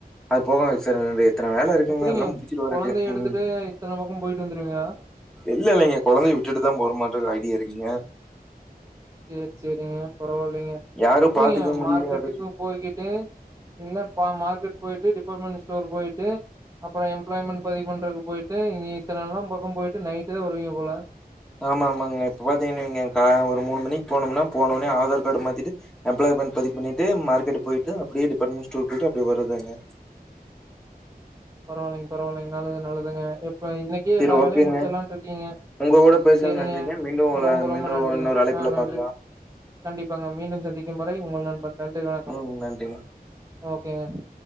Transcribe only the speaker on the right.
எப்படிங்க
குழந்தைய
எடுத்துட்டு இத்தனை பக்கம் போயிட்டு வந்துருவீங்களா
செரி செரிங்க பரவாயில்லைங்க
எப்டிங்க
மார்க்கெட்டுக்கு போயிட்டு இ மார்க்கெட் போயிட்டு டிபார்ட்மெண்ட் ஸ்டோர் போயிட்டு அப்புறம் எம்ப்ளாய்மெண்ட் பதி பண்றக்கு போயிட்டு இங்கே சில ந எல்லாம் பக்கம் போயிட்டு நைட்டு தான் வருவீங்க போல <unintelligible>
பரவில்ங்க பரவாயில்ங்க <inaudible> நல்லது நல்லதுங்க எப்ப இன்னைக்கே
எல்லா
வேலையும் முடிச்சிடலான்ட்டு இருக்கீங்க
சரிங்க
ரொம்ப
ரொம்ப நன்றிங்க
ஆஹ் நன்றி
கண்டிப்பாங்க மீண்டும் சந்திக்கும் வரை உங்க நண்பன் நன்றி வணக்கம்
ஓகேங்க